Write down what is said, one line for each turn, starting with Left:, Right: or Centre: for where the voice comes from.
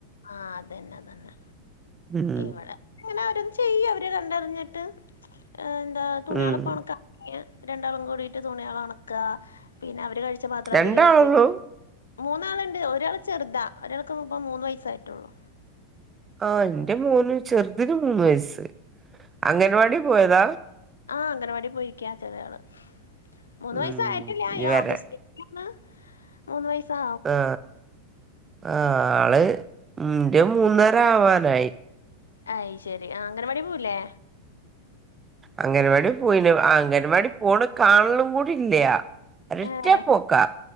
Left: ആ അതന്നെ അതന്നെ
Right: ഉം
Left: ഇവടെ. അങ്ങനെ ഓരോന്ന് ചെയ്യ അവര് കണ്ടറിഞ്ഞിട്ട് എന്താ തുണികള്
Right: ഉം
Left: പോണക്ക. എ രണ്ടാളും കൂടിട്ട് തുണിയള് ഒണക്ക പിന്നെ അവര് കഴിച്ച പാത്രം
Right: രണ്ടാളൊള്ളൂ
Left: അവര് കഴ്കി. മൂന്നാള്ണ്ട് ഒരാൾ ചെറുതാ ഒരാൾക്ക്പ്പ മൂന്ന് വയസ്സായിട്ടൊള്ളൂ.
Right: ആ ഇന്റെ മോന് ചെർതിന് മൂന്ന് വയസ്സ് അംഗൻവാടി പോയതാ.
Left: ആ അംഗനവാടി പോയിരിക്കയാ ചെറിയാള് മൂന്ന്
Right: ഉം
Left: വയസ്സായിട്ടില്ല
Right: ഇനി
Left: ഈഓഗസ്റ്റ്.
Right: വരാൻ
Left: ലോണ്. മൂന്ന് വയസ്സാ.
Right: ആ ആള് ന്റെ മൂന്നരാവാറായി.
Left: അയ് ശെരി ആ അംഗനവാടി പോവൂല്ലേ?
Right: അങ്ങൻവാടി പോയിനും അംഗൻവാടി പോണെകാണലും കൂടി ഇല്ല. ഒരറ്റാ
Left: ഏഹ്
Right: പോക്കാ